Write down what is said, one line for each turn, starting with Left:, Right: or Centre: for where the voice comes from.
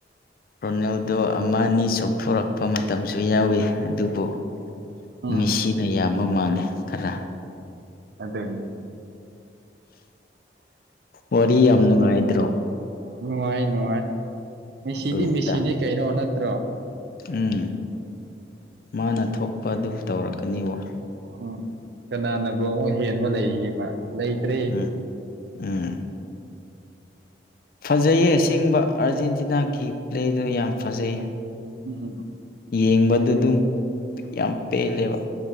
Left: ꯔꯣꯅꯦꯜꯗꯣ ꯑꯃ ꯑꯅꯤ ꯆꯣꯡꯊꯣꯔꯛꯄ ꯃꯇꯝꯁꯨ ꯌꯥꯎꯌꯤ ꯑꯗꯨꯕꯨ
Right: ꯎꯝ
Left: ꯃꯤꯁꯤꯅ ꯌꯥꯝꯕ ꯃꯥꯜꯂꯦ ꯈꯔ
Right: ꯑꯗꯦꯟ
Left: ꯋꯥꯔꯤ ꯌꯥꯝ ꯅꯨꯡꯉꯥꯏꯗ꯭ꯔꯣ
Right: ꯅꯨꯡꯉꯥꯏ ꯅꯨꯡꯉꯥꯏ ꯃꯦꯁꯤꯗꯤ
Left: ꯒ꯭ꯔꯨꯞꯇ
Right: ꯃꯦꯁꯤꯅꯤ ꯀꯩꯅꯣ ꯅꯠꯇ꯭ꯔꯣ
Left: ꯎꯝ ꯃꯥꯅ ꯊꯣꯛꯄ ꯑꯗꯨꯝ ꯇꯧꯔꯛꯀꯅꯤꯋꯣ
Right: ꯎꯝ ꯀꯅꯥꯅꯕꯨ ꯑꯃꯨꯛ ꯍꯦꯟꯕ ꯂꯩꯒꯦꯕ ꯂꯩꯇ꯭ꯔꯦ
Left: ꯎꯝ ꯎꯝ ꯐꯖꯩꯌꯦ ꯑꯁꯤꯡꯕ ꯑꯥꯔꯖꯦꯟꯇꯤꯅꯥꯒꯤ ꯄ꯭ꯂꯦꯗꯨ ꯌꯥꯝ ꯐꯖꯩ
Right: ꯎꯝ
Left: ꯌꯦꯡꯕꯗ ꯑꯗꯨꯝ ꯌꯥꯝ ꯄꯦꯜꯂꯦꯕ